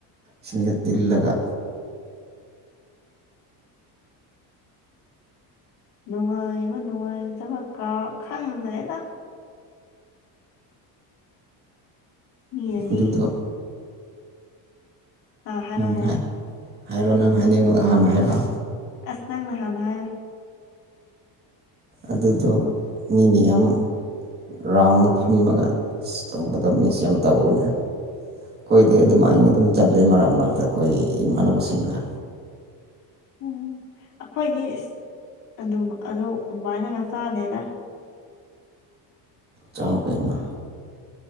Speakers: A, on the right; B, on the left.
A: ꯁꯤꯡꯗ ꯇꯤꯜꯂꯒ
B: ꯅꯨꯡꯉꯥꯏꯕ ꯅꯨꯡꯉꯥꯏꯇꯕ ꯀꯥꯎ ꯈꯪꯗꯔꯦꯗ ꯃꯤꯅꯗꯤ
A: ꯑꯗꯨꯗꯣ
B: ꯑꯥ ꯍꯥꯏꯔꯣ
A: ꯎꯝ
B: ꯍꯥꯏꯔꯣ
A: ꯍꯥꯏ ꯍꯥꯏꯔꯣ ꯅꯪ ꯍꯥꯏꯅꯤꯡꯕꯗꯣ ꯍꯥꯟꯅ ꯍꯥꯏꯔꯣ
B: ꯑꯁ ꯅꯪꯅ ꯍꯥꯟꯅ ꯍꯥꯏꯌꯣ
A: ꯑꯗꯨꯗꯣ ꯃꯤꯅꯤ ꯌꯥꯝ ꯔꯥꯎꯟꯗ ꯐꯝꯃꯒ ꯇꯧꯕꯒꯗꯝꯅꯤ ꯃꯤꯁꯦ ꯌꯥꯝ ꯇꯧꯕꯅꯦ ꯈꯣꯏꯗꯤ ꯑꯗꯨꯃꯥꯏꯅ ꯑꯗꯨꯝ ꯆꯠꯂꯦ ꯃꯔꯛ ꯃꯔꯛꯇ ꯈꯣꯏ ꯏꯃꯥꯟꯅꯕꯁꯤꯡꯒ
B: ꯎꯝ ꯑꯈꯣꯏꯗꯤ ꯏꯁ ꯑꯗꯨꯝ ꯑꯗꯨ ꯑꯗꯨꯃꯥꯏꯅꯒ ꯆꯥꯗꯦꯗ
A: ꯆꯥꯎ ꯀꯩꯅꯣ